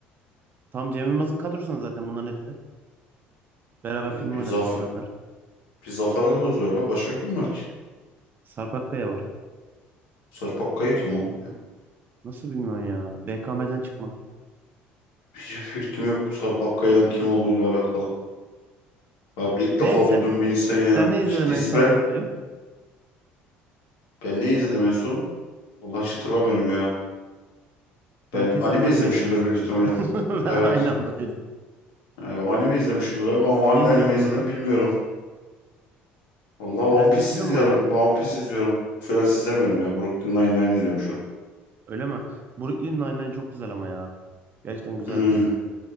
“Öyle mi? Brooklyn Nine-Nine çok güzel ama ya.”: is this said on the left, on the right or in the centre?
Right